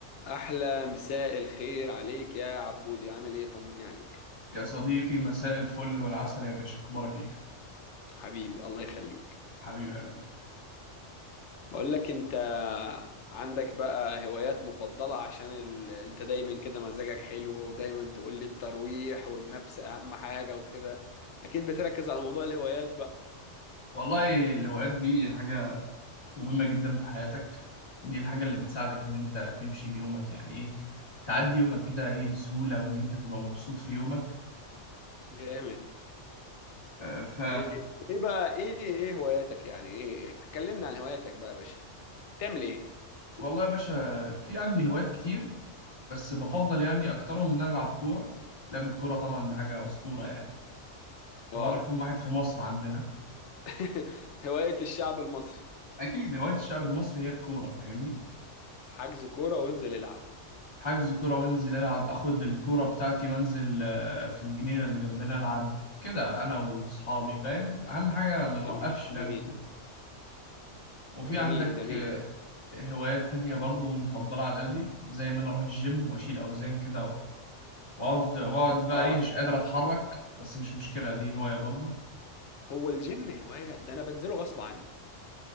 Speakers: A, on the left (about 70°); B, on the left (about 45°).
A: احلى مساء الخير عليك يا عبودي عامل ايه طمني عليك
B: يا صديقي مساء الفل والعسل يا باشا اخبارك ايه
A: حبيبي الله يخليك
B: حبيب قلبي
A: بقول لك انت عندك بقى هوايات مفضلة عشان ال... انت دايما كده مزاجك حلو ودايما تقول لي الترويح والنفس اهم حاجة وكده اكيد بتركز على موضوع الهوايات بقى
B: والله الهوايات دي حاجة مهمة جدا في حياتك دي الحاجة اللي بتساعدك ان انت تمشي بيومك يعني ايه تعدي يومك كده ايه بسهولة وان انت تبقى مبسوط في يومك
A: جامد
B: آه، ف
A: ايه ايه بقى ايه ايه هواياتك يعني ايه كلمنا عن هواياتك بقى يا باشا بتعمل ايه
B: والله يا باشا في عندي هوايات كتير بس بفضل يعني اكترهم ان انا العب كورة لعب الكورة طبعا ده حاجة اسطورة يعني هو
A: واو
B: رقم واحد في مصر عندنا
A: <laughs> هواية الشعب المصري
B: اكيد هواية الشعب المصري هي الكورة فاهمني
A: حجز كورة وانزل العب
B: حجز كورة وانزل العب اخد الكورة بتاعتي وانزل آه، في الجنينة اللي جنبنا العب كده انا واصحابي فاهم اهم حاجة ما نوقفش
A: جميل
B: لعب
A: جميل
B: الكورة وفي
A: جميل
B: عندك
A: جميل
B: آه، هوايات تانية برضو مفضلة على قلبي زي ان انا اروح الجيم واشيل اوزان كده واقعد واقعد بقى
A: اه
B: ايه مش قادر اتحرك بس مش مشكلة دي هواية برضو
A: هو الجيم هواية ده انا بنزله غصب عني